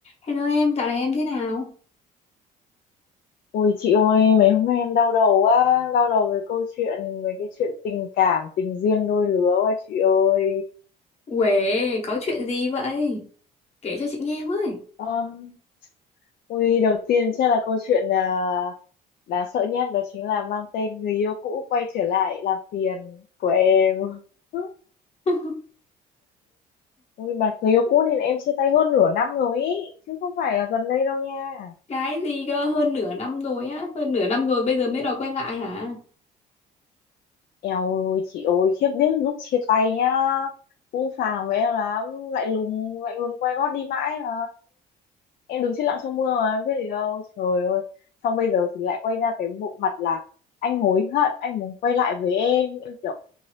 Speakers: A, on the left; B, on the left.
A: Hello em, dạo này em thế nào?
B: Ôi chị ơi, mấy hôm nay em đau đầu quá, đau đầu về câu chuyện, về cái chuyện tình cảm, tình duyên đôi lứa quá chị ơi.
A: Uể, có chuyện gì vậy? Kể cho chị nghe với.
B: Um, ui, đầu tiên chắc là câu chuyện là đáng sợ nhất đó chính là mang tên người yêu cũ quay trở lại làm phiền của em. <laughs>
A: <laughs>
B: Ui, mà người yêu cũ thì em chia tay hơn nửa năm rồi ý, chứ không phải là gần đây đâu nha.
A: Cái gì cơ, hơn nửa năm rồi á, hơn nửa năm rồi bây giờ mới đòi quay lại hả?
B: Eo ơi, chị ơi, khiếp biết lúc chia tay nhá, cũng phàng với em lắm, lạnh lùng, lạnh lùng quay gót đi mãi mà. em đứng chết lặng trong mưa mà em biết gì đâu trời ơi xong bây giờ thì lại quay ra cái bộ mặt là anh hối hận anh muốn quay lại với em em kiểu